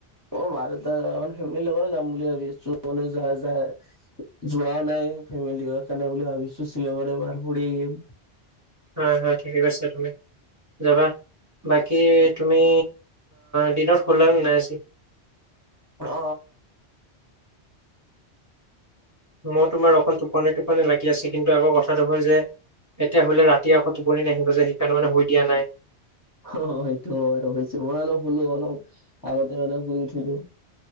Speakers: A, on the left (about 20°); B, on the right (about 20°).
A: মই মাঁ দেউতাৰ ফেমিলিৰ লগত যাম বুলি ভাবিছো যাই যাই যোৱাও নাই ফেমিলি কাৰণে বুলি ভাবিছো শ্বিলঙত এইবাৰ ফুৰি আহিম।
B: হয় হয় ঠিকেই কৈছা তুমি। যাবা, বাকি তুমি দিনত শুলা নে নাই আজি?
A: অ।
B: মই তোমাৰ অকণ টোপনি টোপনি লাগি আছে কিন্তু আকৌ কথাটো হ'ল যে এতিয়া শুলে ৰাতি আকৌ টোপনি নাহিব যে সেইকাৰণে মানে শুই দিয়া নাই।
A: অ সেইটো হয় অৱশ্যে মই অলপ শুলো অলপ আগতে মানে শুই উঠিলো।